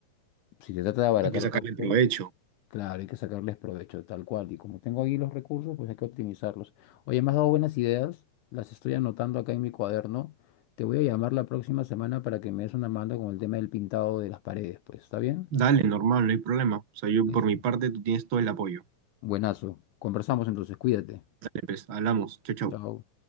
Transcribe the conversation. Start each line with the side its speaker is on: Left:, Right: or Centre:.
Left: si se trata de abaratar
Right: Hay que sacarle
Left: costos.
Right: provecho.
Left: Claro, hay que sacarles provecho, tal cual. Y como tengo ahí los recursos, pues hay que optimizarlos. Oye, me has dado buenas ideas, las estoy anotando acá en mi cuaderno. Te voy a llamar la próxima semana para que me des una mano con el tema del pintado de las paredes, pues, ¿está bien?
Right: Dale, normal, no hay problema. O sea, yo
Left: Listo.
Right: por mi parte, tú tienes todo el apoyo.
Left: Buenazo. Conversamos entonces, cuídate.
Right: Dale, pues, hablamos. Chau, chau.
Left: Chao.